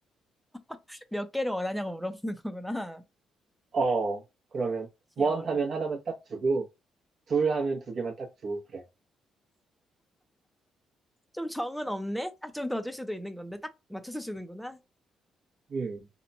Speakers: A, in the centre; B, on the right (about 55°).
A: <laughs> 몇 개를 원하냐고 물어보는 거구나. <laughs>
B: 어. 그러면
A: 귀여워라.
B: 원 하면 하나만 딱 주고 둘 하면 두 개만 딱 주고 그래.
A: 좀 정은 없네? 아, 좀 더 줄 수도 있는 건데. 딱 맞춰서 주는구나.
B: 음.